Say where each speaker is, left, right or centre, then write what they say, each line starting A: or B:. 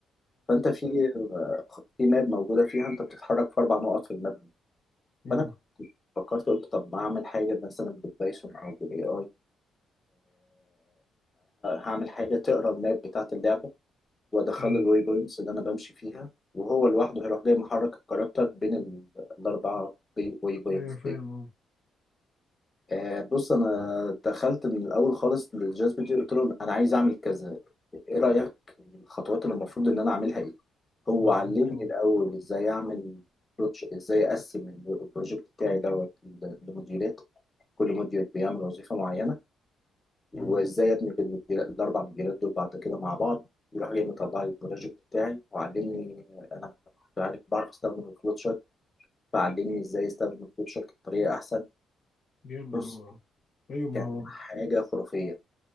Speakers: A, on the left; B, on the left.
A: فانت في آه، في ماب موجوده فيها انت بتتحرك في اربع نقط في الماب دي.
B: مم.
A: فانا كنت فكرت قلت طب ما اعمل حاجه مثلا بالبايثون او بالاي اي هعمل حاجه تقرا الماب بتاعت اللعبه وادخله
B: مم.
A: الواي بوينتس اللي انا بمشي فيها وهو لوحده هيروح جاي محرك الكاركتر بين ال- الاربعه واي بوينتس
B: ايوه فاهم
A: دي
B: اه
A: آه بص انا دخلت من الاول خالص للجاذب دي قلت له انا عايز اعمل كذا ايه رايك الخطوات اللي المفروض ان انا اعملها ايه هو
B: بالظبط
A: علمني
B: اه
A: الاول ازاي اعمل بروتش ازاي اقسم البروجكت بتاعي دوت لموديولات كل موديول بيعمل وظيفه معينه وازاي
B: مم.
A: ادمج المدير- الاربع مديريات دول بعد كده مع بعض يروح جاي مطلع لي البروجكت بتاعي وعلمني انا كنت عارف بعرف استخدم الفلوت شارت فعلمني ازاي استخدم الفلوت شارت بطريقه احسن
B: جامد
A: بص
B: اه ايوه ما
A: كان
B: هو
A: حاجه خرافيه